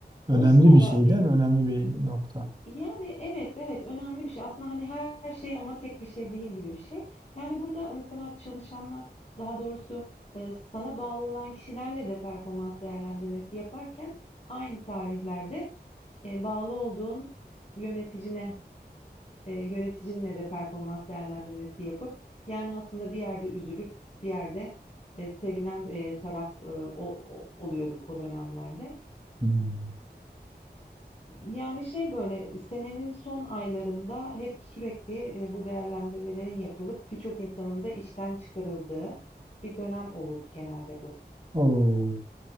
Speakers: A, on the right; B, on the left.
A: önemli
B: o sırada
A: bir şey
B: biz
A: değil mi? Önemli bir nokta.
B: Yani, evet, evet, önemli bir şey. Aslında, hani, her şey ama tek bir şey değil gibi bir şey. Yani, burada mesela çalışanlar, daha doğrusu, eee, sana bağlı olan kişilerle de performans değerlendirmesi yaparken aynı tarihlerde, eee, bağlı olduğun yöneticine, eee, yöneticinle de performans değerlendirmesi yapıp, yani, aslında bir yerde üzülüp bir yerde, eee, sevinen, eee, taraf, eee, o o oluyorduk o dönemlerde.
A: Hmm.
B: Yani, şey, böyle, senenin son aylarında hep sürekli, eee, bu değerlendirmelerin yapılıp birçok insanın da işten çıkarıldığı bir dönem olurdu genelde bu.
A: Oo,